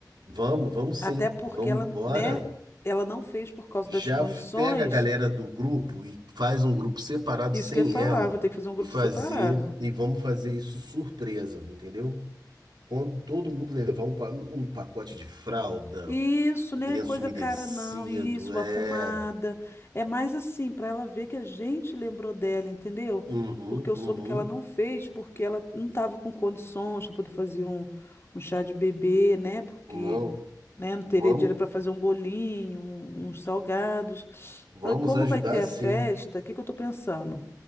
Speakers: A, on the right; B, on the left.
A: vamos, vamos sim,
B: Até porque
A: vamos,
B: ela,
A: bora.
B: né, ela não fez por causa
A: Já
B: das condições.
A: f- pega a galera do grupo e faz um grupo separado
B: Isso
A: sem
B: que eu ia falar,
A: ela
B: vou ter que fazer um grupo
A: e fazer,
B: separado.
A: e vamos fazer isso surpresa, entendeu? Quando todo mundo levar um, pa- um pacote de fralda,
B: Isso, né,
A: lenço
B: coisa
A: umedecido,
B: cara não. Isso,
A: é.
B: uma pomada. É mais assim para ela ver que a gente lembrou dela, entendeu?
A: Uhum,
B: Porque eu
A: uhum.
B: soube que ela não fez porque ela não estava com condições para poder fazer um, um chá de bebê, né? Porque
A: Não,
B: né? Não teria
A: vamos,
B: dinheiro para fazer um bolinho, um- uns salgados.
A: vamos
B: Aí, Como
A: ajudar
B: vai ter a
A: sim.
B: festa, o que que eu estou pensando?